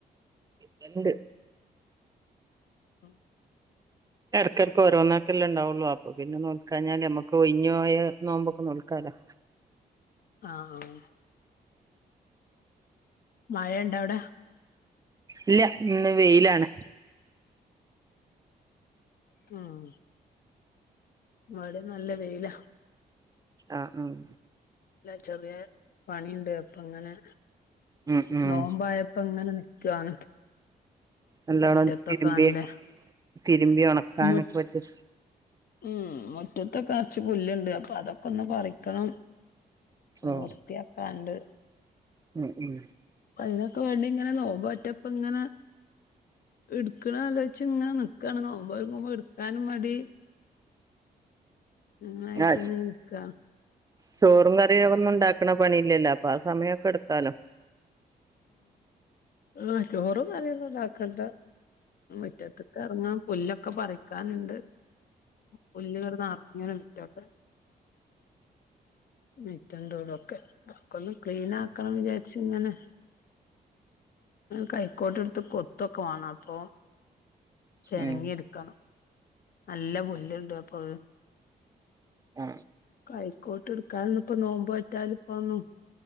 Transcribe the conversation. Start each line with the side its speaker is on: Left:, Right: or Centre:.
Right: കിട്ടല്ണ്ട്
Left: ഉം
Right: എടക്കെടക്ക് ഓരോന്നക്കെല്ലേ ഉണ്ടാവൊള്ളൂ അപ്പൊ പിന്നെ നോൽക്കാഞ്ഞാല് നമ്മക്ക് ഒയിഞ്ഞ് പോയ നോമ്പൊക്കെ നോൽക്കാലാ
Left: ആ ആ മഴ ഇണ്ട അവിടെ?
Right: ഇല്ല ഇന്ന് വെയിലാണ്
Left: ഉം വടിം നല്ല വെയില
Right: ആ ഉം
Left: ല്ല ചെറിയ പണിയുണ്ട് അപ്പങ്ങനെ
Right: ഉം ഉം
Left: നോമ്പായപ്പൊങ്ങനെ നിക്കാണ്
Right: നല്ലോണം
Left: മുറ്റത്തൊക്കെ
Right: തിരുമ്പി
Left: നല്ല
Right: തിരുമ്പി ഉണക്കാനൊക്കെ
Left: മു
Right: പറ്റി
Left: ഉം മുറ്റത്തൊക്കെ നർച്ച് പുല്ല്ണ്ട് അപ്പൊ അതൊക്കൊന്ന് പറിക്കണം
Right: ഓ
Left: വൃത്തിയാക്കാൻണ്ട്
Right: ഉം ഉം
Left: അതിനൊക്കെ വേണ്ടി ഇങ്ങനെ നോമ്പോറ്റപ്പങ്ങനെ ഇട്ക്ക്ണാലോയ്ച്ച്ങ്ങനെ നിക്കാണ് നോമ്പോൽക്കുമ്പോ ഇട്ക്കാനും മടി അങ്ങനായിട്ട്
Right: ആ
Left: ഇങ്ങനെ നിക്കാ
Right: ചോറും കറി ഒന്നും ഉണ്ടാക്ക ക്കണ പണിയില്ലല്ലോ അപ്പൊ ആ സമയൊക്കെ എടുക്കാലോ
Left: ആ ചോറും കറിയൊന്നും ണ്ടാക്കണ്ട മുറ്റത്ത്ക്ക് ഇറങ്ങാൻ പുല്ല ക്കെ പറിക്കാനുണ്ട് പുല്ല്ങ്ങട് നെറഞ്ഞ്ണ് മിറ്റൊക്കെ മിറ്റന്തൊടൊക്കെ ഒക്കൊന്ന് ക്ലീൻ ആക്കണം വിചാരിച്ച്ങ്ങനെ കൈക്കോട്ട്ട്ത്ത് കൊത്തൊക്കെ വാണം അപ്പൊ ചെനങ്ങി
Right: ഉം
Left: എടുക്കണം നല്ല പുല്ലുണ്ട് അപ്പൊ
Right: ആ
Left: കൈക്കോട്ട് എട്ക്കാനൊന്നുംപ്പൊ നോമ്പയ്റ്റനിപ്പന്നും